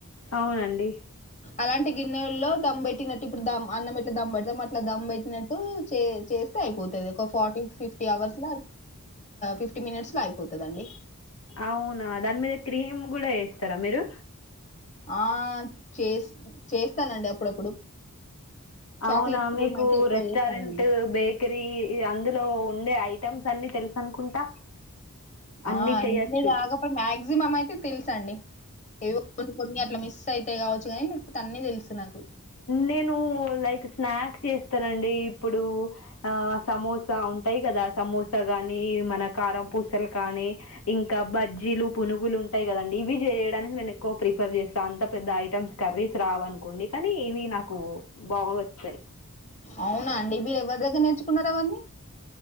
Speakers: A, on the left (about 80°); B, on the left (about 35°).
A: అవునండి
B: అలాంటి గిన్నెల్లో దమ్ పెట్టినట్టు ఇప్పుడు దమ్ అన్నం ఇట్లా దమ్ పెడతాం అట్లా దమ్బట్టినట్టు చే చేస్తా అయిపోతుది ఒక ఫార్టీ ఫిఫ్టీ అవర్స్ లో ఫిఫ్టీ మినిట్స్ లో అయిపోతుదండి
A: అవునా దాని మీద క్రీమ్ కూడా వేస్తారా మీరు
B: ఆ చేస్ చేస్తానండి అప్పుడప్పుడు చాక్లేట్
A: అవునా
B: క్రీమ్
A: మీకు
B: అయితే ఎక్కువ
A: రెస్టారెంట్
B: చేస్తానండి.
A: బేకరీ అందులో ఉండే ఐటమ్స్ సన్నీ తెలుసు అనుకుంటా అన్ని
B: ఆ అన్నీ
A: చెయొచ్చు
B: కాగాపో మా్యాక్సిమం అయితే తెలుస అండి ఏో కొన్ని కొన్ని అట్లా మిస్ అయితే కావచ్చు కానీ తన్న తెలుసు నాకు
A: నేను లైక్ స్నాక్స్ చేస్తనండి ఇప్పుడు ఆ సమోసా ఉంటాయి కదా సమోసా గాని మన కారం పూసలు కానీ ఇంకా బజ్జీలు పునుగులు ఉంటాయి కదండి ఇవి చేయడానికి నేను ఎక్కువ ప్రిఫర్ చేస్తా అంత పెద్ద ఐటెమ్స్ కర్రీస్ రావ అనుకోండి కానీ ఏవి నాకు బాగా వస్తాయి
B: అవునా అండి మీరు ఎవరి దగ్గర నేర్చుకున్నారు అవన్నీ